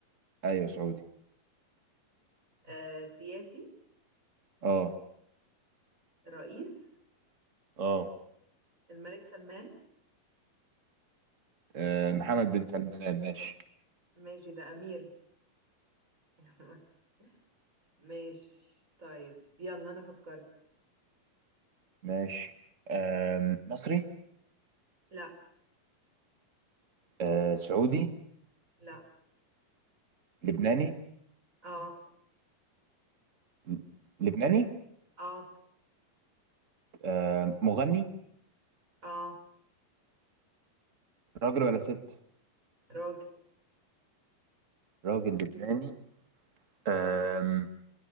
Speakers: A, on the right; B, on the right.
A: أيوة سعودي
B: آه، سياسي
A: أه
B: رئيس
A: أه
B: الملك سلمان
A: آه، محمد بن سلمان ماشي
B: ماشي ده امير <laughs> ماشي طيب يلا انا فكرت
A: ماشي آه مصري
B: لا
A: آه سعودي
B: لا
A: لبناني
B: اه
A: ل- لبناني
B: اه
A: آه مغني
B: اه
A: راجل ولا ست
B: راجل
A: راجل لبناني آم،